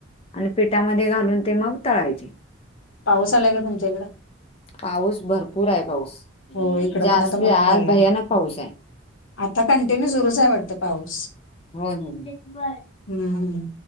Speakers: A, on the left; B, on the left.
A: आणि पिठामध्ये घालून ते मग तळायचे.
B: पाऊस आलाय का तुमच्याकडं?
A: पाऊस, भरपूराय पाऊस.
B: हो, इकडं
A: जास्ती
B: पण आता मोठ्ठा
A: आज
B: आलाय.
A: भयानक पाऊस आहे.
B: आता कंटि न्यु सुरूच हाय वाटतं पाऊस.
A: होय, होय.
B: हम्म, हम्म.